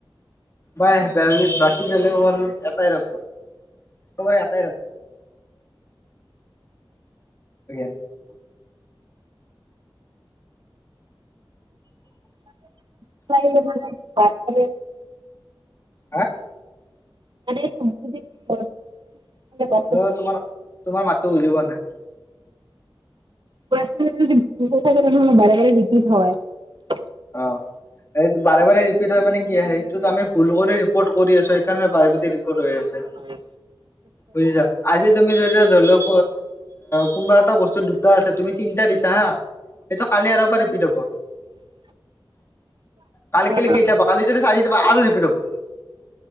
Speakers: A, on the left; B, on the right.
A: বাই বাকী বেলেগৰ এটা এটাই থাকিব চবৰে এটাই থাকিব <unintelligible>
B: <unintelligible>
A: হাঁ
B: <unintelligible> বাৰে
A: মই তোমাৰ তোমাৰ মাতো বুজি পোৱা নাই
B: যাক বাৰে বাৰে ৰিপিট হয়
A: অঁ এই বাৰে বাৰে ৰিপিট হয় মানে কি সেইটোত আমি ভুল কৰি ৰিপৰ্ট কৰি আছো সেইকাৰণে বাৰে বাৰে ৰিপৰ্ট হৈ আছে
B: হয়
A: বুজিছা আজি তুমি যদি ধৰি লওক কোনোবা এটা বস্তু দুটা আছে তুমি তিনটা দিছা হা সেটো কালি আৰু পৰা ৰিপিট হ'ব
B: <unintelligible>
A: কালি কেলে
B: আ
A: কেইটাব কালি যদি চাৰি যাবা আৰু ৰিপিট হব